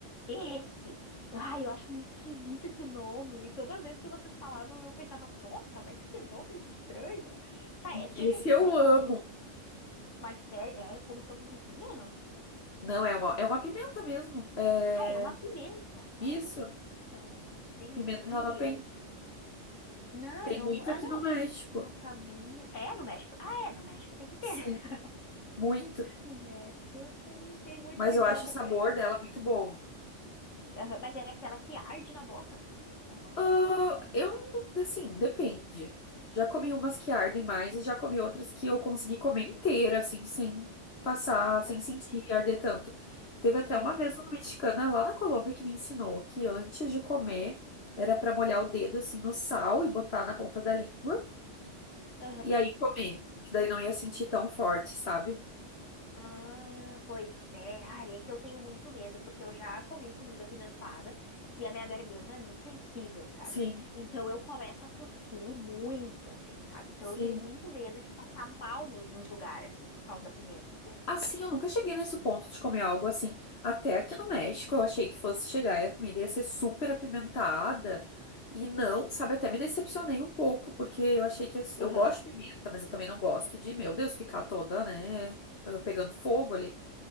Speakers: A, on the left (about 75°); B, on the left (about 55°).
A: Esse! Ai, eu acho muito esquisito esse nome. E toda vez que vocês falavam, eu pensava, nossa, mas que nome estranho. Tá, é tipo
B: Esse
A: um pepino
B: eu amo.
A: ou não? Mas é, é como se fosse um pepino ou não?
B: Não, é uma, é uma pimenta mesmo. É
A: Ah, é uma pimenta. Ah,
B: isso,
A: entendi.
B: pimenta jalapeño.
A: Eu... Não,
B: Tem
A: eu...
B: muito
A: Ah,
B: aqui
A: não.
B: no México.
A: Não sabia. É, no México. Ah, é, no México tem que ter.
B: Sim,
A: <laughs>
B: muito.
A: No México tem, tem muita
B: Mas
A: pimenta
B: eu acho o sabor
A: por aí.
B: dela muito bom.
A: Aham, Mas é aquela que arde na boca? Ou não?
B: Ah, eu, não- assim, depende. Já comi umas que ardem mais e já comi outras que eu consegui comer inteira, assim, sem passar, sem
A: Aham,
B: sentir arder tanto. Teve até
A: Sim.
B: uma vez uma mexicana lá na Colômbia que me ensinou que antes de comer era pra molhar o dedo, assim, no sal e botar na ponta da língua
A: Aham.
B: e aí comer, que daí não ia sentir tão forte, sabe?
A: Ah, pois é. Ai, é que eu tenho muito medo, porque eu já comi comida apimentada e a minha garganta é muito sensível, sabe?
B: Sim,
A: Então eu começo a tossir muito, assim, sabe? Então
B: sim.
A: eu tenho muito medo de passar mal no- nos lugares, assim, por causa da pimenta.
B: Assim, eu nunca cheguei nesse ponto de comer algo assim. Até aqui no México, eu achei que fosse chegar e a comida ia ser super apimentada. E não, sabe? Até me decepcionei um pouco, porque eu achei que. ia ser-
A: Aham.
B: Eu gosto de pimenta, mas eu também não gosto de, meu Deus, ficar toda, né? ah, Pegando fogo ali.